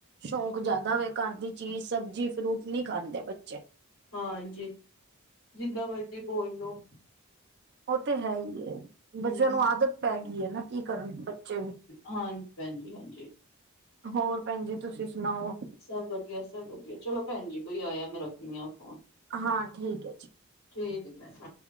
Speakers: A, on the right; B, on the left.
A: ਸ਼ੌਕ ਜਿਆਦਾ ਵੇ ਘਰ ਦੀ ਚੀਜ਼ ਸਬਜ਼ੀ, ਫਰੂਟ ਨੀ ਖਾਂਦੇ ਬੱਚੇ।
B: ਹਾਂਜੀ, ਜਿੱਦਾ ਮਰਜ਼ੀ ਬੋਲ ਲੋ
A: ਓ ਤੇ ਹੈ ਈ ਏ ਬੱਚਿਆਂ
B: ਹੂੰ
A: ਨੂੰ ਆਦਤ ਪੈਗੀ ਏ ਨਾ ਕੀ ਕਰਨ ਬੱਚੇ ਵੀ।
B: ਹਾਂ। ਭੈਣ ਜੀ ਹਾਂਜੀ।
A: ਹੋਰ ਭੈਣ ਜੀ ਤੁਸੀਂ ਸੁਣਾਓ?
B: ਸਭ ਵਧੀਆ, ਸਭ ਵਧੀਆ ਚਲੋ ਭੈਣ ਜੀ ਕੋਈ ਆਇਆ ਮੈਂ ਰੱਖਣੀ ਆ ਫ਼ੋਨ।
A: ਹਾਂ ਠੀਕ ਏ ਜੀ।
B: ਠੀਕ ਏ ਭੈਣ।